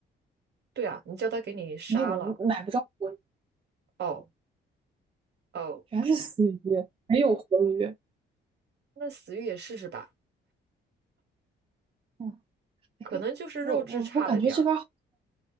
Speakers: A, on the right (about 55°); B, on the right (about 25°).
A: 对啊，你叫他给你杀了。
B: 没有买不着活鱼，
A: 哦哦，
B: 全是死鱼，没有活鱼。
A: 那死鱼也试试吧，
B: 嗯，
A: 可能就是肉质差了点儿。
B: 哎，我我我感觉这边儿